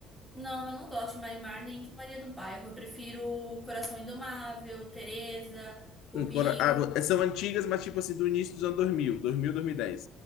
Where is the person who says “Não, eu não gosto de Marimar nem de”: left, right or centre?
Centre